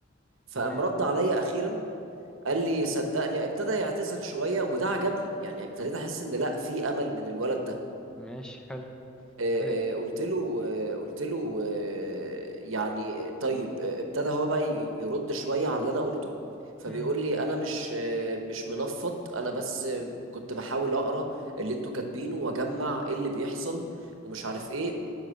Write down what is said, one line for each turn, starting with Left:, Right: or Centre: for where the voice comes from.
Right: فقام
Centre: تمام
Right: رد عليا اخيرا قال لي صدقني ابتدى يعتذر شوية وده عجبني يعني ابتديت احس ان لا في امل من الولد ده
Centre: ماشي حلو
Right: آه،
Centre: عليه
Right: آه، قلت له آه، قلت له آه، يعني طيب آه، ابتدى هو بقى ي- يرد شوية على اللي انا قلته فبيقول
Centre: امم
Right: لي انا مش آه، مش منفض انا بس آه، كنت بحاول اقرا اللي انتوا كاتبينه واجمع إيه اللي بيحصل ومش عارف ايه